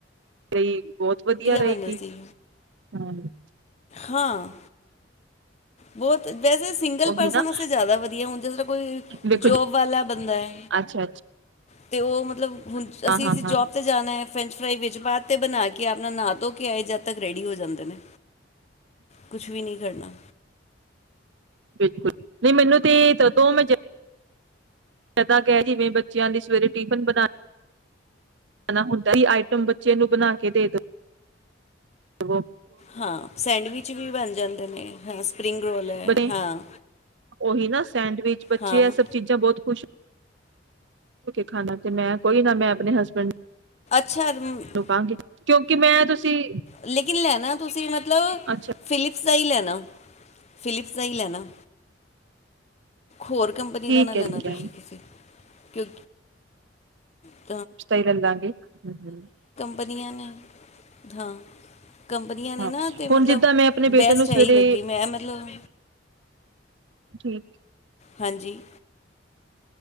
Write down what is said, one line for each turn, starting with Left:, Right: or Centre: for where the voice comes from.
Right: ਤੇ ਬਹੁਤ ਵਧੀਆ ਰਹੇਗੀ,
Left: ਬਣੇ ਸੀ
Right: ਹੂੰ
Left: ਹਾਂ ਬਹੁਤ ਵੈਸੇ ਸਿੰਗਲ
Right: ਉਹੀ
Left: ਪਰਸਨ
Right: ਨਾ
Left: ਜਿਆਦਾ ਵਧੀਆ ਹੁੰ ਕੋਈ
Right: ਵੇਖੋ
Left: ਜੋਬ
Right: ਜੀ
Left: ਵਾਲਾ ਬੰਦਾ ਹੈ।
Right: ਅੱਛਾ-ਅੱਛਾ
Left: ਅਤੇ ਉਹ ਮਤਲਬ ਹੁਣ
Right: ਹਾਂ-ਹਾਂ-ਹਾਂ
Left: ਅਸੀਂ ਅ ਜੋਬ 'ਤੇ ਜਾਣਾ ਹੈ। ਫਰੈਂਚ ਫਰਾਈ ਵਜ ਬਾਅਦ ਤੇ ਬਣਾ ਕੇ ਆਪਣਾ ਨਾਂ ਧੋ ਕੇ ਆਏ ਜਦ ਤੱਕ ਰੈਡੀ ਹੋ ਜਾਂਦੇ ਨੇ ਕੁਛ ਵੀ ਨਹੀਂ ਕਰਨਾ
Right: ਬਿਲਕੁਲ ਨਹੀਂ ਮੈਨੂੰ ਤੇ ਜਦੋਂ ਮੈਂ ਪ ਕਹਿ ਜਿਵੇਂ ਬੱਚਿਆਂ ਲਈ ਸਵੇਰੇ ਟਿਫਿਨ ਬਣਾ ਹੁੰਦਾ ਆਈਟਮ ਬੱਚੇ ਨੂੰ ਬਣਾ ਕੇ ਦੇ ਦੋ ਹੂੰ
Left: ਹਾਂ, ਸੈਂਡਵਿਚ ਵੀ ਬਣ ਜਾਂਦੇ ਨੇ ਹਾਂ ਸਪਰਿੰਗ ਰੋਲ ਹੈ
Right: ਬਣੇ
Left: ਹਾਂ
Right: ਉਹੀ ਨਾ ਸੈਂਡਵਿਚ ਬੱਚੇ
Left: ਹਾਂ
Right: ਇਹ ਸਭ ਚੀਜ਼ਾਂ ਬਹੁਤ ਖੁਸ਼ ਖਾਣਾ ਤੇ ਮੈਂ ਕੋਈ ਨਾ ਮੈਂ ਆਪਣੇ ਹਸਬੈਂਡ
Left: ੱਛਰ ਮ <unintelligible>
Right: ਨੂੰ ਕਹਾਂਗੀ ਕਿਉਂਕਿ ਮੈਂ ਤੁਸੀਂ
Left: ਲੇਕਿਨ ਲੈਣਾ ਤੁਸੀਂ ਮਤਲਬ
Right: ਅੱਛਾ
Left: ਫਿਲਿਪਸ ਦਾ ਹੀ ਲੈਣਾ ਫਿਲਿਪਸ ਦਾ ਹੀ ਲੈਣਾ ਹੋਰ ਕੰਪਨੀ
Right: ਠੀਕ
Left: ਦਾ ਨਾ ਲੈਣਾ,
Right: ਹੈ ਠੀਕ
Left: ਤੁਸੀਂ
Right: ਹੈ
Left: ਕਿਸੇ ਕਿਉਂ ਹੂੰ
Right: ਸੀਲਿਫ ਦਾ ਹੀ ਲੈ ਲਾਂਗੇ ਹੂੰ ਹੂੰ
Left: ਬਣੀਆਂ ਨੇ ਹਾਂ, ਕੰਪਨੀਆਂ ਨੇ
Right: ਹਾਂ
Left: ਨਾ ਤੇ ਮਤਲਬ
Right: ਹੁਣ ਜਿੱਦਾਂ ਮੈਂ ਆਪਣੇ ਬੇਟੇ
Left: ਬੈਸਟ
Right: ਨੂੰ ਸਵੇਰੇ
Left: ਇਹੀ ਲੱਗੀ, ਮੈਂ ਮਤਲਬ
Right: ਠੀਕ
Left: ਹਾਂਜੀ